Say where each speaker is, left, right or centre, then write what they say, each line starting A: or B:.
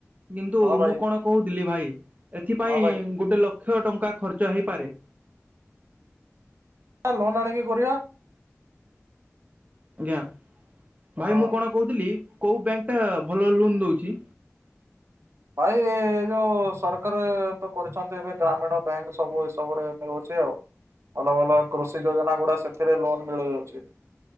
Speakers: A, on the right; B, on the right.
A: କିନ୍ତୁ
B: ହଁ ଭାଇ
A: ମୁଁ କଣ କହୁଥିଲି ଭାଇ ଏଥିପାଇଁ
B: ହଁ ଭାଇ
A: ଗୋଟେ ଲକ୍ଷ ଟଙ୍କା ଖର୍ଚ୍ଚ ହେଇପାରେ।
B: ତା ଲୋନ୍ ଆଣିକି କରିବା।
A: ଆଜ୍ଞା ଭାଇ
B: ହଁ
A: ମୁଁ କଣ କହୁଥିଲି କୋଉ ବ୍ୟାଙ୍କ ଟା ଭଲ ଲୋନ୍ ଦଉଛି?
B: ଭାଇ ଏ ଯୋଉ ସରକାର ତ କରିଛନ୍ତି ଏବେ ଗ୍ରାମୀଣ ବ୍ୟାଙ୍କ ସବୁ ଏସବୁରେ ଏମିଓ ଚି ଆଉ ଭଲ ଭଲ କୃଷି ଯୋଜନା ଗୁଡା ସେଥିରେ ଲୋନ ମିଳିଯାଉଛି।